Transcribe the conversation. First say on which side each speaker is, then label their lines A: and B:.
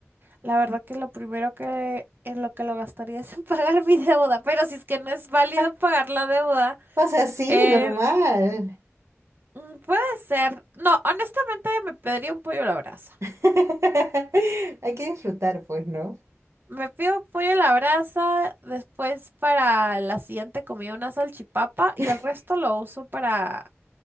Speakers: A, on the right (about 45°); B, on the right (about 75°).
A: la verdad que lo primero que en lo que lo gastaría es en <laughs> pagar mi deuda, pero si es que no es válido
B: <laughs>
A: pagar la deuda,
B: O sea, sí,
A: eh,
B: normal.
A: mm, puede ser. No, honestamente me pediría un pollo a la brasa.
B: <laughs> Hay que disfrutar, pues, ¿no?
A: Me pido pollo a la brasa, después para la siguiente comida una salchipapa y
B: <laughs>
A: el resto lo uso para